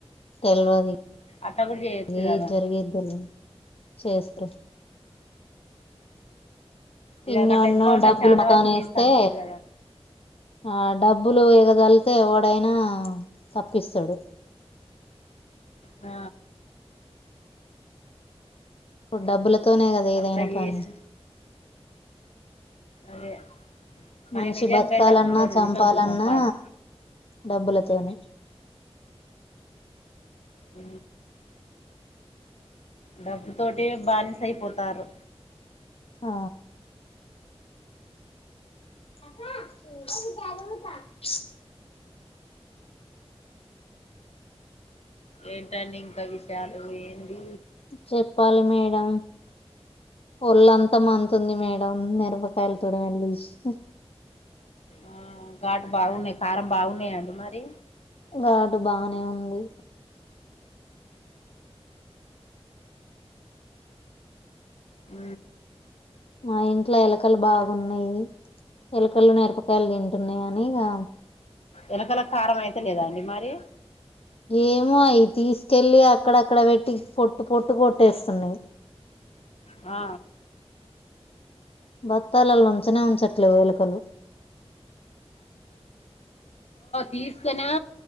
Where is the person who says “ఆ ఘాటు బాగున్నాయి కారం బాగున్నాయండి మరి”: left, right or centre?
Left